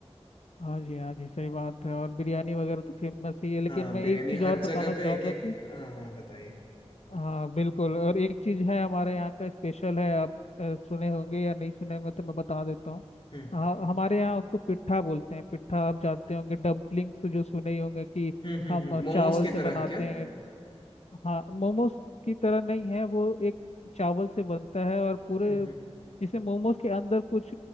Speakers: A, on the left; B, on the left.
A: हाँ जी हाँ जी सही बात है और बिरयानी वगैरह तो फेमस ही है लेकिन
B: हाँ
A: मैं
B: बिरयानी
A: एक चीज़
B: हर
A: और बताना
B: जगह
A: चाहूँगा
B: का एक एक
A: कि
B: हाँ हाँ बताइए
A: हाँ बिल्कुल और एक चीज है हमारे यहाँ का स्पेशल है आप अ, सुने होंगे या नहीं सुने होंगे तो मैं बता देता हूँ
B: हम्म
A: हाँ हमारे यहाँ उसको पिट्ठा बोलते हैं पिट्ठा आप जानते होंगे डम्पलिंग्स जो सुने ही होंगे कि
B: हम्म हम्म
A: हम
B: हम्म, मोमोज
A: चावल
B: की
A: से
B: तरह
A: बनाते
B: है क्या
A: हैं हाँ मोमोज की तरह नहीं है वो एक चावल से बनता है और पूरे
B: हम्म हम्म
A: इसे मोमोज के अंदर कुछ